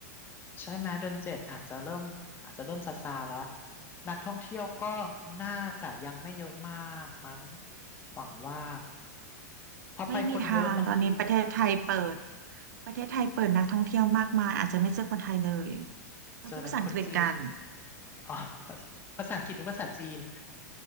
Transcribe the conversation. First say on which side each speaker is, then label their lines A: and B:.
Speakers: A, on the left; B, on the right.
A: ใช่ไหมเดือนเจ็ดอาจจะเริ่มอาจจะเริ่มซาซาแล้วนักท่องเที่ยวก็น่าจะยังไม่เยอะมากมั้งหวังว่าพอไปคนเยอะบางที
B: ไม่มีทางตอนนี้ประเทศไทยเปิดประเทศไทยเปิดนักท่องเที่ยวมากมายอาจจะไม่เจอคนไทยเลยต้องพูดภาษาอังกฤษกัน
A: เจออะไรคนจีนอ๋อ <laughs> ภาษาอังกฤษหรือภาษาจีน